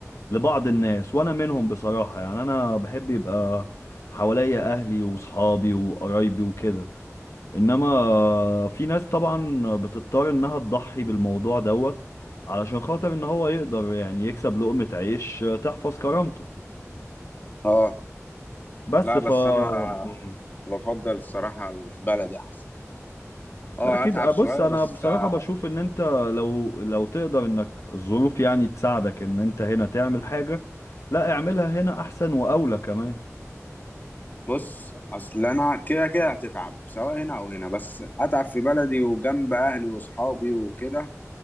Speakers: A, on the left; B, on the left.
A: لبعض الناس وأنا منهم بصراحة يعني أنا بحب يبقى حواليا أهلي وصحابي وقرايبي وكده انما في ناس طبعا بتضطر انها تضحي بالموضوع دوت علشان خاطر ان هو يقدر يعني يكسب لقمة عيش تحفظ كرامته
B: اه
A: بس
B: لا
A: ف
B: بس انا
A: مم.
B: بفضل الصراحة البلدي احسن اه
A: لا اكيد
B: هتعب
A: آه، بص
B: شوية
A: انا
B: بس
A: بصراحة
B: آه،
A: بشوف ان انت لو لو تقدر انك الظروف يعني تساعدك ان انت هنا تعمل حاجة لا اعملها هنا احسن واولى كمان
B: بص اصل انا كده كده هتتعب سواء هنا او هنا بس اتعب في بلدي وجنب اهلي واصحابي وكده